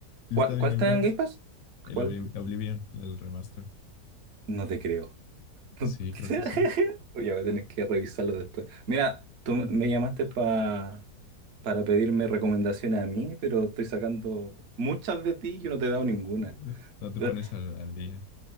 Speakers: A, on the left; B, on the right.
A: Sí
B: ¿Cuál,
A: está
B: cuál
A: en Game
B: está
A: Pass.
B: en Game Pass?
A: El
B: ¿Cuál?
A: Obli- Oblivion, el remaster.
B: No te creo. <laughs>
A: Sí, creo que sí.
B: Oye, voy a tener que revisarlo después. Mira, tú me llamaste pa- para pedirme recomendaciones a mí, pero estoy sacando muchas de ti y yo no te he dado ninguna.
A: Eh, No te
B: Eh,
A: pones al, al día.